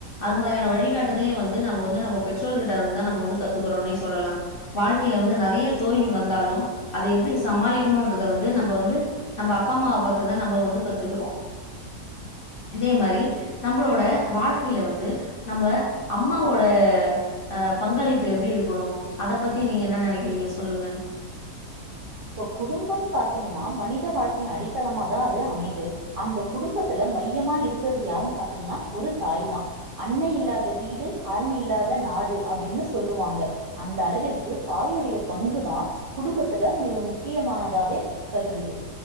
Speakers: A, on the left (about 45°); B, on the right (about 75°).
A: அது மாரியான வழிகாட்டுதலு வந் வந்து நம்ம வந்து நம்ம பெற்றோர்கிட்ட இருந்தா நம்ம கத்துக்கிறோன்னே சொல்லலா வாழ்கையில வந்து நெறைய தோல்வி வந்தால் அத எப்டி சமாளிக்கணும்ன்றத வந்து நம்ம வந்து நம்ம அப்பாம்மாவ பாத்துதா நம்ம வந்து கத்துக்கிறோ இதே மாரி நம்மளோட வாழ்க்கையில வந்து நம்ம அம்மாவோட அ பங்களிப்பு எப்டி இருக்கணு அத பத்தி நீங்க என்ன நெனைக்கிறீங்க சொல்லுங்க
B: இப்ப குடும்பன்னு பாத்தீங்கன்னா மனித வாழ்க்கையின் அடித்தளமா தான் அது அமைது அந்த குடும்பத்துல மையமா இருக்கிறது யாருன்னு பாத்தீங்கன்னா ஒரு தாய் தான் அன்னை இல்லாத வீடு அரண் இல்லாத நாடு அப்படின்னு சொல்லுவாங்க அந்த அளவிற்கு தாயுடைய பங்குதான் குடும்பத்துல மிக முக்கியமானதாவே கருதுது